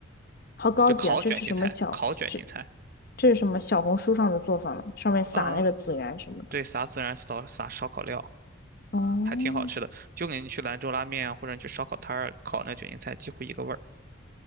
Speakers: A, on the left; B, on the right.
A: 好高级啊！
B: 就烤卷心菜，
A: 这是什么小这
B: 烤卷心菜。
A: 这是什么小红书上的做法吗？上面撒那个孜然什么的。
B: 嗯，对，撒孜然，撒撒烧烤料，
A: 哦，
B: 还挺好吃的。就跟你去兰州拉面啊，或者你去烧烤摊儿烤那卷心菜，几乎一个味儿。